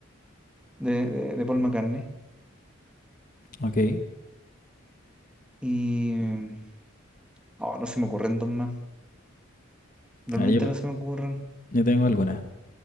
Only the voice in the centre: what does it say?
de, de, de Paul McCartney.
Y... Oh, no se me ocurren dos más. Realmente
no se me ocurren.